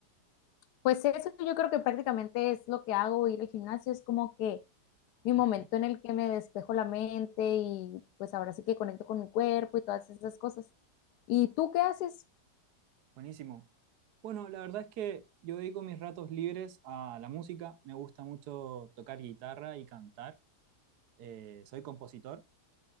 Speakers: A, on the left; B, on the right.
A: Pues eso yo creo que prácticamente es lo que hago, ir al gimnasio, es como que mi
B: Ok,
A: momento en el que me despejo la mente y pues ahora sí que conecto con mi cuerpo y todas esas cosas. ¿Y tú qué haces?
B: buenísimo. Bueno, la verdad es que yo dedico mis ratos libres a la música. Me gusta mucho tocar guitarra y cantar. Eh, soy compositor.